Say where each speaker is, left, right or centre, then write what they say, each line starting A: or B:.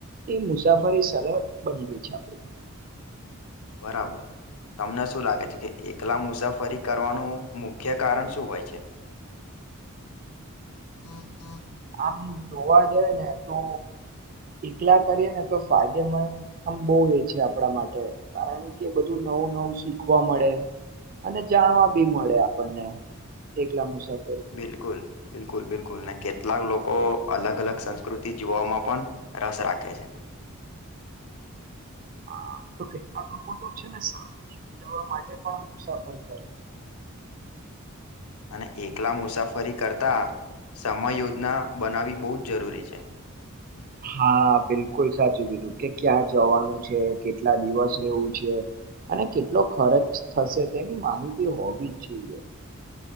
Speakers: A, on the right; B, on the left.
A: એ મુસાફરી એ સરળ બની ગઈ છે આપણે
B: <unintelligible> બરાબર તમને શું લાગે છે કે એકલા મુસાફરી કરવાનું મુખ્ય કારણ શું હોય છે હા હા
A: આમ જોવા જઈ ને તો એકલા કરીએ ને તો ફાયદેમંદ આમ બહુ એ છે આપણા માટે કારણ કે બધું નવું નવું શીખવા મળે અને જાણવા બી મળે આપણને એકલા મુસાબ
B: બિલકુલ બિલકુલ બિલકુલ ને કેટલાક લોકો અલગ અલગ સંસ્કૃતિ જોવામાં પણ રસ રાખે છે
A: હા તો કેટલાક લોકો તો છે ને શાંત ઉજવવા માટે પણ મુસાફરી કરે છે
B: અને એકલા મુસાફરી કરતા સમય યોજના બનાવી બહુ જ જરૂરી છે
A: હા બિલકુલ સાચું કીધું કે ક્યાં જવાનું છે કેટલા દિવસ વું છે અને કેટલો ખર્ચ થશે તેની માહિતી હોવી જ જોઈએ